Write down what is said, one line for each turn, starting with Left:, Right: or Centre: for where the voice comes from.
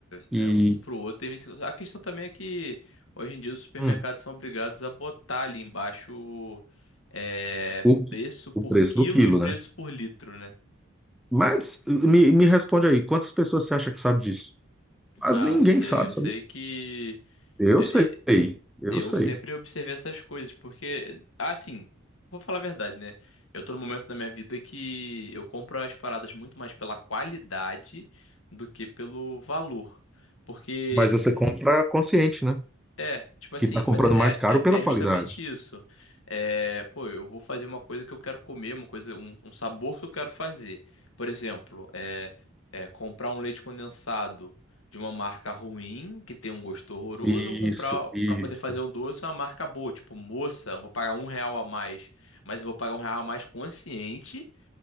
Centre: E
Left: é, é, um pro outro tem 25. A questão também é que hoje em dia os supermercados
Centre: hum,
Left: são obrigados a botar ali embaixo é,
Centre: o,
Left: preço por
Centre: o preço
Left: quilo
Centre: do quilo,
Left: e preço
Centre: né?
Left: por litro, né?
Centre: Mas me, me responde aí, quantas pessoas você acha que sabe disso? Quase
Left: Ah,
Centre: ninguém
Left: não sei.
Centre: sabe,
Left: Eu sei que
Centre: Eu
Left: e-
Centre: sei, eu
Left: eu
Centre: sei.
Left: sempre observei essas coisas, porque, assim, vou falar a verdade, né? Eu tô no momento da minha vida que eu compro as paradas muito mais pela qualidade do que pelo valor. Porque
Centre: Mas você compra consciente, né?
Left: É, tipo assim,
Centre: Que está
Left: mas
Centre: comprando
Left: é,
Centre: mais caro
Left: é,
Centre: pela
Left: é justamente
Centre: qualidade.
Left: isso. É, pô, eu vou fazer uma coisa que eu quero comer, uma coisa, um, um sabor que eu quero fazer. Por exemplo, é, é comprar um leite condensado de uma marca ruim, que tem um gosto horroroso,
Centre: Isso,
Left: ou comprar
Centre: isso.
Left: pra poder fazer um doce uma marca boa, tipo, moça, eu vou pagar um real a mais, mas eu vou pagar um real a mais consciente